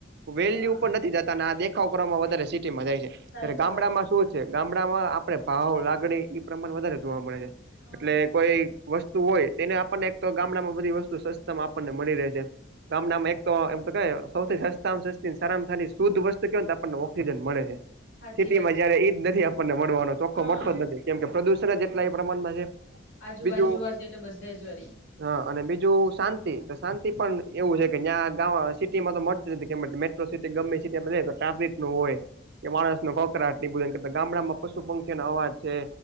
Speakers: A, on the right; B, on the left.
A: વેલ્યુ
B: હા
A: પણ નથી જતા, અને આ દેખાવ કરવામાં વધારે સિટીમાં જાય છે
B: સાચી
A: ત્યારે ગામડામાં
B: વાત
A: શું છે, ગામડામાં આપડે ભાવ લાગણી ઈ પ્રમાણ વધારે જોવા મળે છે
B: હા
A: એટલે કોઈ વસ્તુ હોય તેને આપણને એક તો ગામડામાં બધી વસ્તુ સસ્તમાં આપણને મળી રહે છે ગામડામાં એક તો એમ સૌથી સસ્તામાં સસ્તી સારામાં સારી શુદ્ધ વસ્તુ કેય તો આપણને ઓક્સિજન મળે છે
B: સાચી
A: સિટી
B: વાત
A: માં
B: છે
A: જયારે ઈજ નથી આપણને મળવાનો ચોખ્ખો
B: હા
A: મથો જ નથી, કેમ કે પ્રદુષણ જ એટલા એ પ્રમાણમાં છે
B: આજુબાજુ
A: બીજું
B: જોવા જએ એ તો બધે જ વારી
A: હા અને બીજું શાંતિ, તો શાંતિ પણ એવું છે કે જ્યાં ગ સિટીમાં તો મળતી નથી કે મેટ્રો સીટી ગમે એ સિટી માં રેય તો ટ્રાફિક તો હોય. કે માણસ નો કોકરાટ એ બધું કરતા ગામડામાં પશુ પંખી નો અવાજ છે.